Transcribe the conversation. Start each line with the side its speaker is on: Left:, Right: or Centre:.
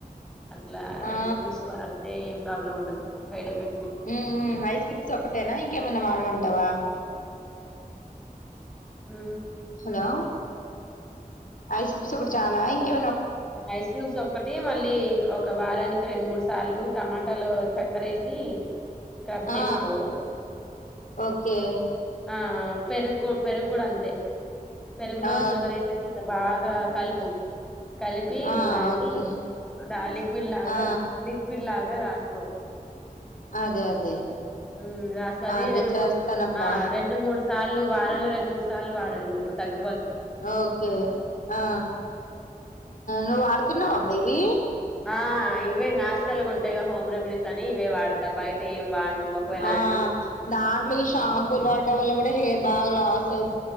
Centre: అట్లా
Left: ఆ
Centre: ఐస్ క్యూబ్స్ వాడితే ఏం ప్రాబ్లం ఉండదు సైడ్ ఎఫె
Left: ఊ ఊ ఐస్ క్యూబ్స్ ఒక్కటేనా ఇంకేమైనా వాడమంటావా
Centre: ఉ
Left: హలో ఐస్ క్యూబ్స్ ఒకటి చాలా ఇంకె
Centre: ఐస్ క్యూబ్స్ ఒక్కటి మళ్ళీ ఒక వారానికి రెండు మూడు సార్లు టమాటాలొ చక్కర ఏసి స్క్రబ్
Left: ఆ
Centre: చేసుకో
Left: ఓకే
Centre: ఆ పెరుగ్ పెరుగ్గుడ అంతే పెరుగులో
Left: ఆ
Centre: షుగర్ ఏసేసీ బాగా కలుపు కలిపి
Left: ఆ
Centre: దాన్ని
Left: ఓకే
Centre: ద లిక్విడ్ లాగా
Left: ఆ
Centre: లిక్విడ్ లాగా రాసుకో
Left: అదే అదే
Centre: ఉమ్ రాసుకో అది
Left: అదే
Centre: రెండు
Left: చేస్తానబ్బా
Centre: మూడు ఆ రెండు మూడు సార్లు వారంలో రెండు మూడు సార్లు వాడ తగ్గ
Left: ఓకే ఆ నువ్వు ఆడుతున్నావ అబ్బా ఇవి
Centre: ఆ ఇవే నన్చురల్ గా ఉంటాయిగా హోమ్ రెమెడీస్ అని ఇవే వాడతా బయట ఏం వాడను ఒకవేళ
Left: ఆ
Centre: అన్న
Left: దాంట్లో ఈ షాంపూలు వాడ్డం వల్ల కూడా హేర్ బాగలాస్